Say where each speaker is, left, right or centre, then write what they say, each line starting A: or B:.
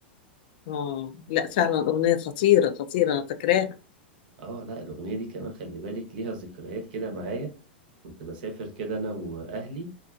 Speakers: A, on the left (about 55°); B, on the right (about 60°).
A: اه لا فعلا اغنية خطيرة خطيرة أنا فاكراها
B: اه لا الاغنيه دي كمان خلي بالك ليها ذكريات كده معايا كنت بسافر كده انا واهلي